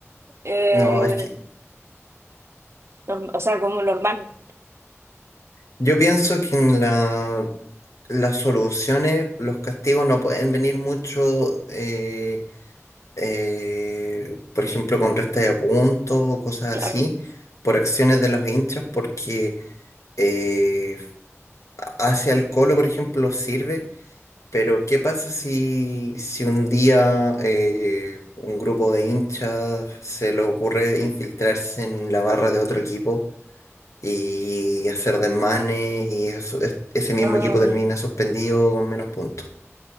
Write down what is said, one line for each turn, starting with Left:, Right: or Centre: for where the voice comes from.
Right: eh,
Left: No, es que
Right: norm- o sea, como normal,
Left: yo pienso que en la, las soluciones, los castigos no pueden venir mucho, eh, eh, por ejemplo, con resta de puntos o cosas
Right: claro.
Left: así, por acciones de los hinchas, porque eh, hacia el Colo, por ejemplo, sirve, pero ¿qué pasa si, si un día eh, un grupo de hinchas se le ocurre infiltrarse en la barra de otro equipo? y hacer desmanes y eso- es- ese mismo
Right: Mm,
Left: equipo termina suspendido con menos puntos.